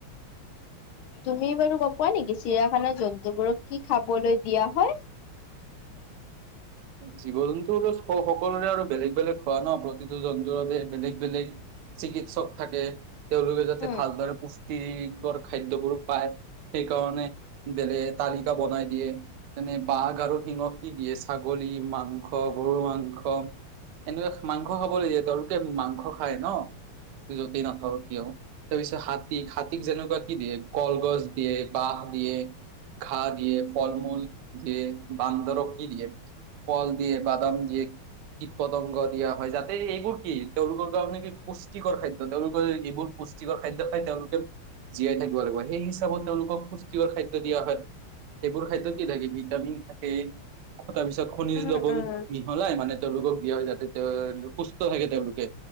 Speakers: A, on the left; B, on the right.
A: তুমি বাৰু গ'ম নোপোৱা নেকি? চিৰিয়াখানা জন্তুবোৰক কি খাবলৈ দিয়া হয়।
B: জীৱ জন্তু বোৰৰ স সকলোৰে আৰু বেলেগ বেলেগ খোৱা ন? প্ৰতিটো জন্তুৰ বাবে বেলেগ বেলেগ চিকিৎসক থাকে। তেওঁলোকে যাতে
A: উম
B: ভালদৰে পুষ্টিক খাদ্যবোৰ পায় সেইকাৰণে বেলেগ তালিকা বনাই দিয়ে যেনে বাঘ আৰু সিংহক কি দিয়ে ছাগলী মাংস, গৰু মাংস এনেকুৱা মাংস খাবলে দিয়ে তেওঁলোকে মাংস খায় ন য'তেই নাথাকক কিয় তাৰ পিছত হাতীক হাতীক যেনেকুৱা কি দিয়ে কলগছ দিয়ে বাহ দিয়ে ঘাঁহ দিয়ে ফল মূল দিয়ে বান্দৰক কি দিয়ে ফল দিয়ে বাদাম দিয়ে কীট পতংগ দিয়া হয় যাতে এইবোৰ কি তেওঁলোকৰ কাৰণে কি পুষ্টিকৰ খাদ্য তেওঁলোকৰ যে এইবোৰ পুষ্টিকৰ খাদ্য খাই তেওঁলোকে জীয়াই থাকিব লাগিব সেই হিচাপত তেওঁলোকক পুষ্টিকৰ খাদ্য দিয়া হয় সেইবোৰ খাদ্য কি থাকে ভিটামিন থাকে তাৰ পিছত খনিজ
A: উম
B: লবন
A: উম
B: মিহলাই মানে তেওঁলোকক দিয়া হয় যাতে তেওঁলোক সুস্থ থাকে তেওঁলোকে